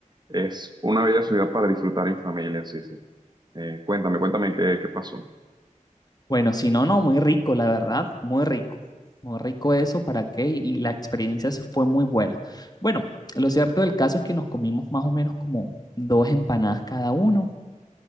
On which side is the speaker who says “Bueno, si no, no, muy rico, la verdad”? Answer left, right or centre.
Left